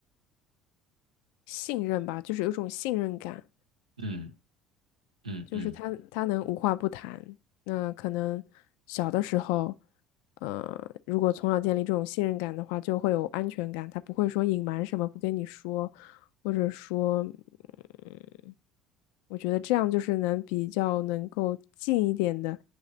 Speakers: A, on the left; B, on the right.
A: 信任吧，就是有一种信任感。
B: 嗯嗯嗯
A: 就是他他能无话不谈。那可能小的时候，呃，如果从小建立这种信任感的话，就会有安全感。他不会说隐瞒什么不跟你说，或者说，嗯，我觉得这样就是能比较能够近一点的